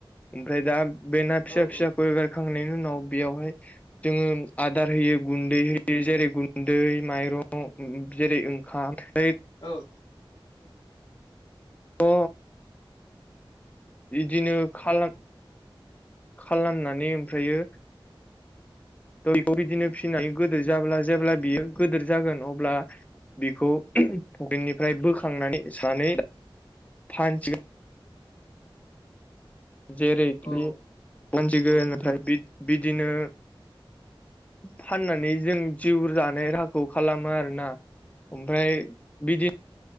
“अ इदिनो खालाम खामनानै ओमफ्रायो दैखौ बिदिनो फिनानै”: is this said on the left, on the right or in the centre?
Left